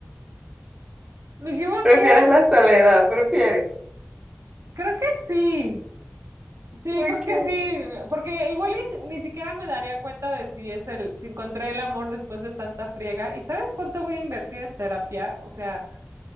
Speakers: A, on the right; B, on the right.
A: Dijimos
B: Prefieres
A: que era,
B: la soledad, prefieres.
A: creo que sí, sí,
B: Ok,
A: creo que sí, porque igual y si- ni siquiera me daría cuenta de si es el, si encontré el amor después de tanta friega. ¿Y sabes cuánto voy a invertir en terapia? O sea,